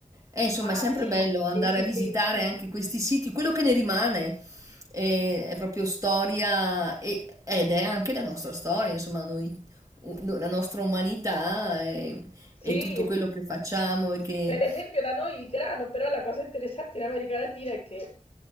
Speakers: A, on the right; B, on the left.
A: E insomma,
B: Ah
A: è sempre
B: sì,
A: bello andare
B: sì, sì,
A: a
B: sì.
A: visitare anche questi siti. Quello che ne rimane eh, è, proprio storia e- ed è anche la nostra storia, insomma, noi, u- no- la nostra umanità eh, e,
B: Sì,
A: e tutto quello che facciamo e che...
B: per esempio da noi il grano, però la cosa interessante in America Latina è che